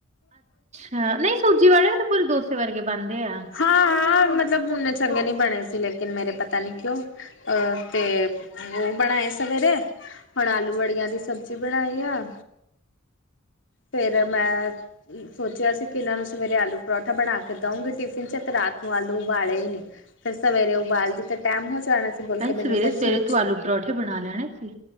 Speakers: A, on the right; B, on the left.
A: ਹਾਂ ਨਹੀਂ ਸੂਜੀ ਵਾਲੇ ਵੀ ਤਾਂ ਪੂਰੇ ਡੋਸੇ ਵਰਗੇ ਬਣਦੇ ਆ
B: ਹਾਂ ਹਾਂ ਮਤਲਬ ਉਨੇ ਚੰਗੇ ਨਹੀਂ ਬਣੇ ਸੀ ਲੇਕਿਨ ਮੇਰੇ ਪਤਾ ਨੀ ਕਿਉਂ ਅਹ ਤੇ ਉਹ ਬਣਾਏ ਸਵੇਰੇ ਹੁਣ ਆਲੂ ਵੜੀਆਂ ਦੀ ਸਬਜ਼ੀ ਬਣਾਈ ਆ ਫੇਿਰ ਮੈਂ ਸੋਚਿਆ ਸੀ ਕਿ ਇਹਨਾਂ ਨੂੰ ਸਵੇਰੇ ਆਲੂ ਪਰੌਠਾ ਬਣਾ ਕੇ ਦਊਂਂਗੀ ਟਿਫਿਨ ਚ ਤੇ ਰਾਤ ਨੂੰ ਆਲੂ ਉਬਾਲੇ ਹੀ ਨਹੀਂ ਫਿਰ ਸਵੇਰੇ ਉਬਾਲਦੀ ਤੇ ਟੈਮ ਹੋ ਜਾਣਾ ਫ ਬਲ
A: ਭੈਣ
B: ਕੇ ਮੈਨੂੰ
A: ਸਵੇਰੇ
B: ਫੈ
A: ਸਵੇਰੇ
B: ਸੂਜੀ
A: ਤੂੰ ਆਲੂ ਪਰੌਠੇ ਬਣਾ ਲੈਣੇ ਸੀ।